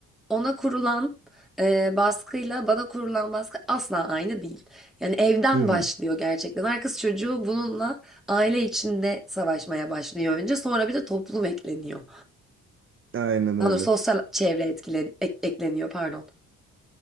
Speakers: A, in the centre; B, on the right.
A: Ona kurulan e, baskıyla bana kurulan baskı asla aynı değil. Yani evden
B: Hı hı.
A: başlıyor gerçekten. Her kız çocuğu bununla aile içinde savaşmaya başlıyor önce. Sonra bir de toplum ekleniyor.
B: Aynen öyle.
A: Daha doğrusu sosyal çevre etkilen, ek- ekleniyor pardon.